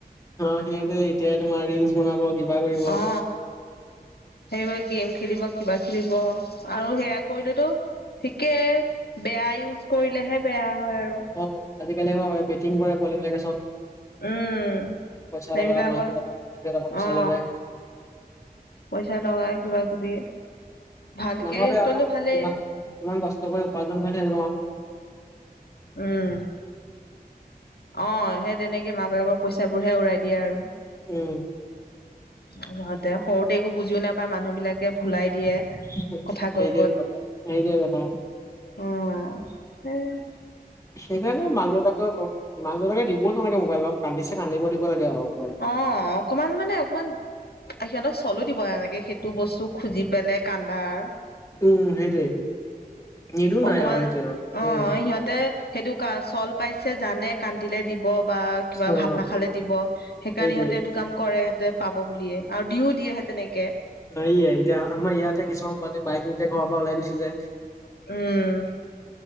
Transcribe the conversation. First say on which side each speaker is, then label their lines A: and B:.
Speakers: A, on the left; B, on the left.
A: অ সিহঁতে এতিয়াই তোমাৰ ৰিলচ বনাব কিবা কৰিব।
B: অ সেইবোৰ গেম খেলিব কিবা খেলিব আৰু সেয়াই। কৰিলেতো ঠিকে বেয়া ইউজ কৰিলেহে বেয়া হয় আৰু।
A: অ আজিকালি অ বেটিং কৰে পোৱালি বিলাকে চব।
B: উম
A: পইচা
B: সেইবিলাকৰ
A: লগা মাক দেউতাকক মাক দেউতাকক পইচা
B: অ।
A: লগাই
B: পইচা লগাই কিবা কিবি ভালকে
A: নাভাবে
B: ইউজ
A: আৰু
B: কৰিলে
A: ন
B: ভালেই।
A: কিমান কিমান কষ্ট কৰি উপাৰ্জন কৰি <inaudible>
B: উম অ সেই তেনেকে মা বাপেকৰ পইচাবোৰহে উৰাই দিয়ে আৰু।
A: উম।
B: সিহঁতে সৰুতে একো বুজিও নাপায় মানুহ বিলাকে ভুলাই দিয়ে।
A: সেইটোৱেইত
B: কথা কৈ
A: কথা সেইটোৱেই কথা।
B: অ‌ সেই।
A: সেইকাৰণে মাক দেউতাকে মাক দেউতাক দিবও নালাগে মোবাইল কান্দিছে কান্দিব। দিব লাগে আৰু পোৱালি
B: অ অকমান মানে অকমান সিহঁতক চলো দিব নালাগে সেইটো বস্তু খুজি পেলাই কান্দাৰ।
A: উম সেইটোৱে নিদো
B: অকমান
A: নাই আৰু সেইটোৱে
B: অ
A: উম
B: সিহঁতে সেইটো কা চল পাইছে জানে। কান্দিলে দিব বা কিবা
A: অ',
B: ভাত নাখালে দিব সেইকাৰণে
A: সেইটোৱে
B: সিহঁতে এইটো কাম কৰে সিহঁতে পাব বুলিয়ে আৰু দিও দিয়ে সেই তেনেকে।
A: অ ইয়া এতিয়া আমাৰ ইয়াতে কিছুমান বাইক লয় মুঠতে ঘৰৰ পৰা ওলাই গুচি যায়।
B: উম।